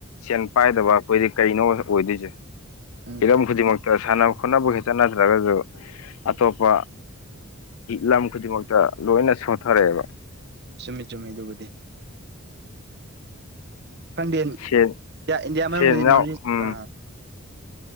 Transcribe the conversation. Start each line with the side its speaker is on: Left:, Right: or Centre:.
Left: ꯁꯦꯟ ꯄꯥꯏꯗꯕ ꯑꯩꯈꯣꯏꯗꯤ ꯀꯩꯅꯣ ꯑꯣꯏꯗꯣꯏꯁꯦ
Right: ꯎꯝ
Left: ꯍꯤꯔꯝ ꯈꯨꯗꯤꯡꯃꯛꯇ ꯁꯥꯟꯅ ꯈꯣꯠꯅꯕ ꯈꯈꯤꯛꯇ ꯅꯠꯇ꯭ꯔꯒꯁꯨ ꯑꯇꯣꯞꯄ ꯂꯝ ꯈꯨꯗꯤꯡꯃꯛꯇ ꯂꯣꯏꯅ ꯁꯣꯊꯔꯛꯑꯦꯕ
Right: ꯆꯨꯝꯃꯤ ꯆꯨꯝꯃꯤ ꯑꯗꯨꯕꯨꯗꯤ ꯀꯗ
Left: ꯁꯦꯟ
Right: ꯏꯟꯗꯤꯌꯥ ꯃꯅꯨꯡꯗꯗꯤ
Left: ꯁꯦꯟ
Right: ꯅꯣꯔꯠ
Left: ꯌꯥꯎ
Right: ꯏꯁ
Left: ꯎꯝ
Right: ꯑ